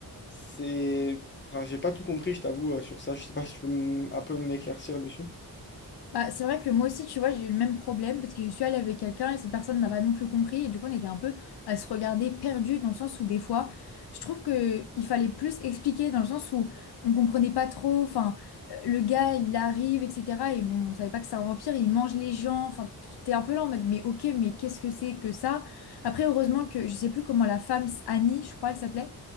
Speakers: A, on the left; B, on the left.
A: C'est... Enfin, j'ai pas tout compris, je t'avoue, euh, sur ça. Je sais pas si tu peux m- un peu m'éclaircir dessus.
B: Bah, c'est vrai que moi aussi, tu vois, j'ai eu le même problème parce que je suis allée avec quelqu'un et cette personne n'a pas non plus compris. Et du coup, on était un peu à se regarder perdu dans le sens où des fois, je trouve que il fallait plus expliquer dans le sens où on comprenait pas trop. Enfin, euh, le gars, il arrive, etc. Et bon, on savait pas que c'est un vampire, il mange les gens. Enfin, t'es un peu là en mode, mais ok, mais qu'est-ce que c'est que ça? Après, heureusement que je sais plus comment la femme, Annie, je crois, elle s'appelait.